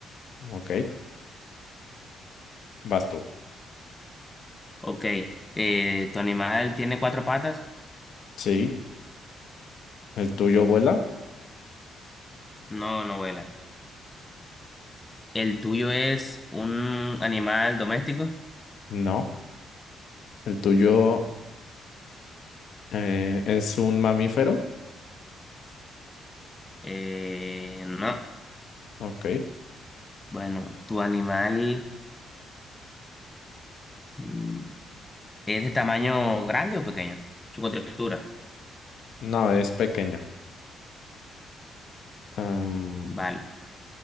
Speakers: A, on the left (about 65°); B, on the left (about 15°).
A: Ok, vas tú.
B: ok. Eh, ¿tu animal tiene cuatro patas?
A: Sí, ¿el tuyo vuela?
B: No, no vuela. ¿El tuyo es un animal doméstico?
A: No. ¿El tuyo eh, es un mamífero?
B: Eh, no.
A: Ok,
B: Bueno, tu animal... mm, ¿Es de tamaño grande o pequeño? Su contextura.
A: no, es pequeño. Am,
B: Vale.